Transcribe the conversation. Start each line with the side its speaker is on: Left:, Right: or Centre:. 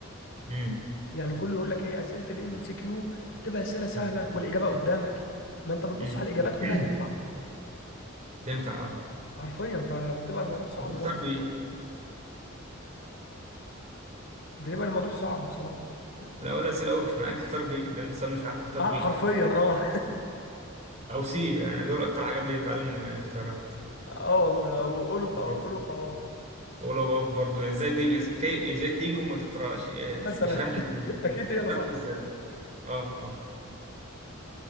Right: مم.
Left: يعني كله يقول لك ايه اسئله الام سي كيو تبقى اسئله سهله
Right: مم.
Left: والاجابه قدامك ما انت بتبص
Right: مم.
Left: على الاجابات كلها
Right: <clears throat>
Left: تنفع
Right: تنفع اه
Left: حرفيا فبتبقى الموضوع صعب
Right: بختار
Left: برضه
Right: بيه
Left: بيبقى الموضوع صعب بصراحه
Right: لو الأسئلة وقفت معاك اختار بي لو أنت صاد مش عارف اختار
Left: اه
Right: بي
Left: حرفيا اه
Right: أو سي يعني دول أكتر حاجات بيبقى عليهم اختيارات
Left: <laughs> اه والله او قولوا في
Right: مم.
Left: أو قولوا في بابا
Right: ولو بقف برضه إزاي دي إز- كي- إزاي تيجي وما تختارهاش إيه،
Left: مثلا
Right: اشرح لي إزاي.
Left: <laughs> اكيد
Right: اشرح
Left: هي اللي صح
Right: لي إزاي أه أه